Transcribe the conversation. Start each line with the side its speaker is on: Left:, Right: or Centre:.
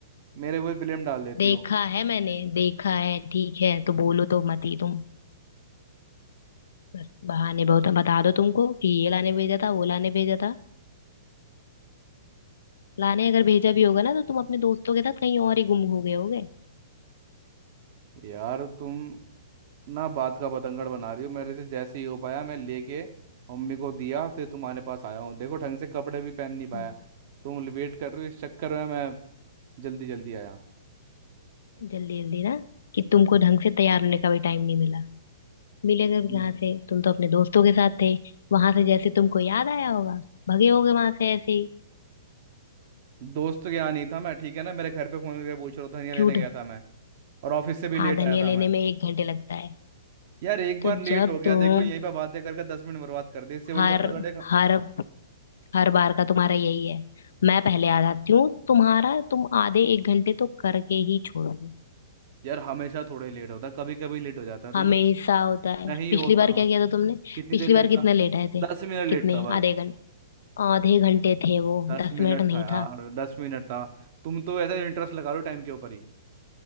Right: मेरे वो ब्लेम डाल देती
Left: देखा
Right: हो
Left: है मैंने देखा है ठीक है तो बोलो तो मत ही तुम बस बहाने बहुत बता दो तुमको कि ये लाने भेजा था वो लाने भेजा था लाने अगर भेजा भी होगा ना तो तुम अपने दोस्तों के साथ कहीं और ही गुम हो गए होगे
Right: यार तुम ना बात का बतंगड़ बना रही हो मेरे से जैसे ही हो पाया मैं लेके मम्मी को दिया फिर तुम्हारे पास आया हूँ देखो ढंग से कपड़े भी पहन नहीं पाया
Left: हम्म।
Right: तुम वेट कर रहे हो इस चक्कर में मैं जल्दी जल्दी आया
Left: जल्दी जल्दी ना कि तुमको ढंग से तैयार होने का भी टाइम नहीं मिला मिलेगा भी
Right: Yeah.
Left: कहाँ से तुम तो अपने दोस्तों के साथ थे वहां से जैसे तुमको याद आया होगा भगे होगे वहां से ऐसे ही
Right: दोस्त के यहाँ नहीं था मैं ठीक है ना मेरे घर पे फोन करके पूछ रहा था धनिया लेने
Left: झूठ
Right: गया था मैं और ऑफिस से भी
Left: हाँ
Right: लेट
Left: धनिया
Right: आया था
Left: लेने
Right: मैं
Left: में एक घंटे लगता है
Right: यार एक बार
Left: तो
Right: लेट
Left: जब
Right: हो गया
Left: तुम
Right: देखो यहीं पे बातें करके दस मिनट बर्बाद कर दी इससे बड़े
Left: हर
Right: तो अंदर बैठेगा
Left: हर हर बार का तुम्हारा यही है मैं पहले आ जाती हूँ तुम्हारा तुम आधे एक घंटे तो करके ही छोड़ोगे
Right: यार हमेशा थोड़े लेट होता कभी कभी लेट हो जाता है तुम
Left: हमेशा
Right: तो पीछे
Left: होता है
Right: नहीं
Left: पिछली
Right: होता
Left: बार क्या किया था तुमने
Right: कितनी
Left: पिछली
Right: देर लेट
Left: बार कितने
Right: था
Left: लेट आए थे
Right: दस मिनट लेट
Left: कितने
Right: था बस
Left: आधे घंटे आधे घंटे थे वो
Right: दस
Left: दस
Right: मिनट
Left: मिनट नहीं
Right: था यार
Left: था
Right: दस मिनट था तुम तो ऐसा इंटरेस्ट लगा लो टाइम के ऊपर ही